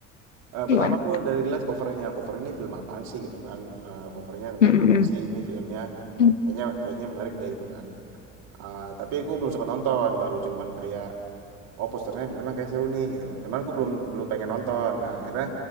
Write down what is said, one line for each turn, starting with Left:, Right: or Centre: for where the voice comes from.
Right: Eh,
Left: Gimana?
Right: pertama aku dari lihat covernya, cover ini film apaan sih gitu kan? Eh, covernya tentang
Left: Mm, mm,
Right: apa sih ini filmnya?
Left: mm.
Right: Kayaknya kayaknya menarik deh gitu kan. Ah, tapi aku belum sempat nonton, baru cuman kayak oh posternya filmnya kayak seru nih gitu. Cuman aku belum belum pengen nonton. Nah, akhirnya